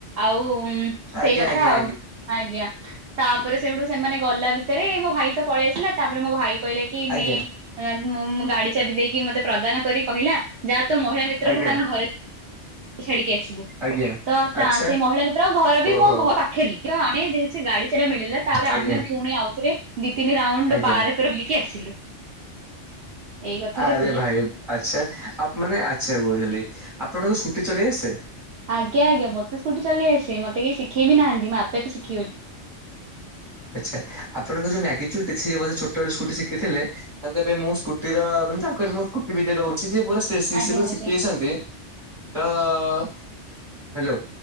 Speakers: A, on the right; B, on the right.
A: ଆଉ ହୁଁ
B: ଆଜ୍ଞା
A: ସେଇ କଥା
B: ଆଜ୍ଞା ଆଜ୍ଞା
A: ଆଉ ଆଜ୍ଞା। ତାପରେ ସେଇଠୁ ସେମାନେ ଗଲା ଭିତରେ ମୋ ଭାଇ ତ ପଳେଇ ଆସିଲା ତାପରେ ମୋ ଭାଇ କହିଲା କି
B: ଆଜ୍ଞା
A: ନେ ମୁଁ ଗାଡ଼ି ଚାବି ଦେଇକି ମତେ ପ୍ରଦାନ କରି କହିଲା ଯାହା ତ ମହିଳା ମିତ୍ରଙ୍କୁ
B: ଆଜ୍ଞା
A: ତାଙ୍କ ଘରେ ଛାଡି଼କି ଆସିବୁ
B: ଆଜ୍ଞା
A: ତ
B: ଆଚ୍ଛା
A: ସେଇ ମହିଳା ମିତ୍ର ଙ୍କ ଘର ବି
B: ଓହୋ
A: ମୋ ଘର ପାଖରେ ଆମେ ଯେହେତୁ ଗା <unintelligible> ମିଳିଲା ତାପରେ
B: ଆଜ୍ଞା
A: ଆମେ ପୁଣି ଆଉଥରେ ଦି ତିନି ରାଉଣ୍ଡ୍
B: ଆଜ୍ଞା
A: ପାର କରିକି ଆସିଲୁ। ଏଇ କଥାଟା
B: ଆରେ
A: ଥିଲା।
B: ଭାଇ ଆଚ୍ଛା ଆ ମାନେ ଆଚ୍ଛା ବୁଝିଲି। ଆପଣଙ୍କ ସ୍କୁଟି ଚଲେଇ ଆସେ?
A: ଆଜ୍ଞା ଆଜ୍ଞା ମତେ ସ୍କୁଟି ଚଲେଇ ଆସେ ମତେ କେହି ଶିଖେଇବି ନାହାନ୍ତି ମୁଁ ଆପେ ଆପେ ଶିଖିଗଲି।
B: ଆଚ୍ଛା ଆପଣଙ୍କ ଯୋଉ <unintelligible> ଛୋଟବେଳେ ସ୍କୁଟି ଶିଖିଥିଲେ ତେବେ ମୁଁ ସ୍କୁଟିର ତାଙ୍କୁ ଏବେ ମୁଁ ସ୍କୁଟି ବିଦ୍ୟା ଦେଉଛି। ସେ ପୁରା <unintelligible>
A: ଆଜ୍ଞା ଆଜ୍ଞା
B: ଶିଖିଯାଛନ୍ତି ତ ହ୍ୟାଲୋ।